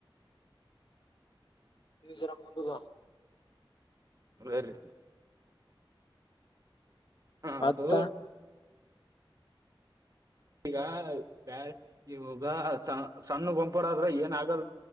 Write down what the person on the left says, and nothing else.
ಸರ ಬದ
ಮತ್ತ